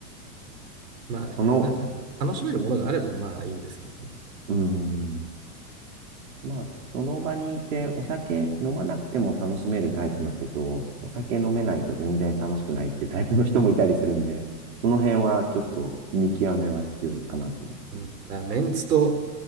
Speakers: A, on the right; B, on the right.
A: まあね、
B: その
A: な、なんか楽しめるものがあればまあいいんですけどね。
B: うーん。まあ、その場にいて、お酒飲まなくても楽しめるタイプの人と、お酒飲めないと全然楽しくないっていうタイプの人もいたりするんで、その辺はちょっと見極めは必要かなと思う。
A: うん、だからメンツと